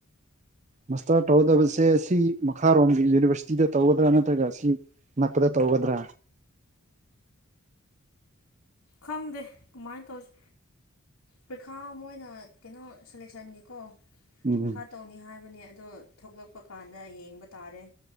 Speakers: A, on the right (about 35°); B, on the left (about 85°).
A: ꯃꯥꯁꯇꯔ ꯇꯧꯒꯗꯕꯁꯦ ꯑꯁꯤ ꯃꯈꯥꯔꯣꯝꯒꯤ ꯌꯨꯅꯤꯚ꯭ꯔꯁꯤꯇꯤꯗ ꯇꯧꯒꯗ꯭ꯔꯥ ꯅꯠꯇ꯭ꯔꯒ ꯑꯁꯤ ꯅꯠꯇꯔꯒ ꯇꯧꯒꯗ꯭ꯔꯥ
B: ꯈꯪꯗꯦ ꯀꯃꯥꯏꯅ ꯇꯧꯁꯤ ꯄ꯭ꯔꯤꯈꯥ ꯃꯣꯏꯅ ꯀꯩꯅꯣ ꯁꯦꯂꯦꯛꯁꯟꯒꯤꯀꯣ
A: ꯎꯝ
B: ꯄꯩꯈꯥ ꯇꯧꯅꯤ ꯍꯥꯏꯕꯅꯦ ꯑꯗꯣ ꯊꯣꯛꯂꯛꯄ ꯀꯥꯟꯗ ꯌꯦꯡꯕ ꯇꯥꯔꯦ